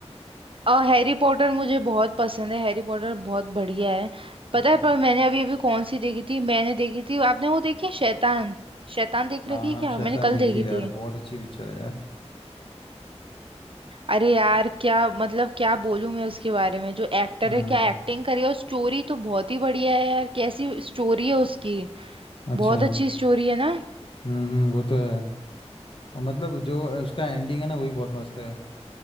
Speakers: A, on the right (about 50°); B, on the left (about 50°).
A: और हैरी पॉटर मुझे बहुत पसंद है हैरी पॉटर बहुत बढ़िया है पता
B: अच्छा
A: है पर मैंने अभी अभी कौन सी देखी थी मैंने देखी थी आपने वो देखी है शैतान शैतान देख
B: हाँ
A: रखी
B: हाँ
A: है क्या
B: शैतान
A: मैंने कल
B: देखी
A: देखी
B: यार
A: थी
B: बहुत अच्छी पिक्चर है यार
A: अरे यार क्या मतलब क्या बोलूं मैं उसके बारे में जो एक्टर
B: हम्म
A: है क्या एक्टिंग करी है और स्टोरी तो बहुत ही बढ़िया है यार कैसी स्टोरी है उसकी
B: अच्छा
A: बहुत अच्छी स्टोरी है ना
B: हम्म हम्म, वो तो है और मतलब जो उसका एंडिंग है ना वही बहुत मस्त है